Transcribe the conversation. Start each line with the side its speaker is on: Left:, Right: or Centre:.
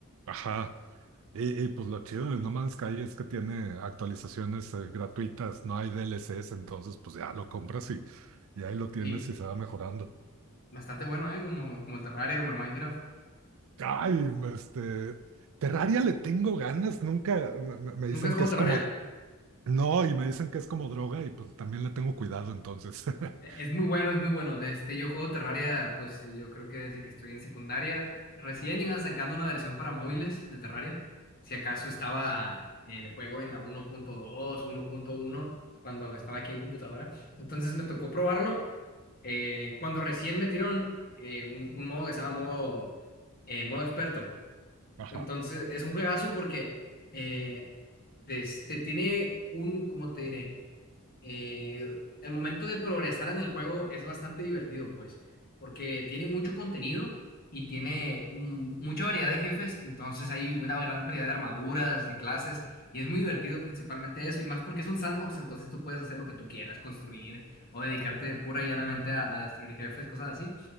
Right: Ajá. Y, y, pues lo chido de No Man's Sky es que tiene actualizaciones eh, gratuitas, no hay D L DLCs, entonces pues ya lo compras y, y ahí lo tienes
Left: Y
Right: y se va mejorando.
Left: bastante bueno, ¿eh? Como, como el Terraria, como el Minecraft.
Right: Ay, este, Terraria le tengo ganas, nunca me, me- me dicen
Left: ¿Nunca has jugado
Right: que es
Left: Terraria?
Right: como, no, y me dicen que es como droga y pues también le tengo cuidado entonces.
Left: E-,
Right: <laughs>
Left: Es muy bueno, es muy bueno. De Este, yo juego Terraria, pues yo creo que desde que estoy en secundaria, recién iba sacando una versión para móviles de Terraria. Si acaso estaba el juego en la 1.2, 1.1, cuando estaba aquí en computadora. Entonces me tocó probarlo. Eh, cuando recién metieron eh, un, un modo que se llama modo, eh, modo experto.
Right: Ajá.
Left: Entonces es un juegazo porque eh, de este, tiene un, ¿cómo te diré? Eh, el momento de progresar en el juego es bastante divertido, pues, porque tiene mucho contenido y tiene mm, mucha variedad de jefes, entonces hay una gran variedad de armaduras, de clases, y es muy divertido principalmente eso, y más porque es un sandbox, entonces tú puedes hacer lo que tú quieras, construir o dedicarte pura y llanamente a, a destruir jefes, cosas así.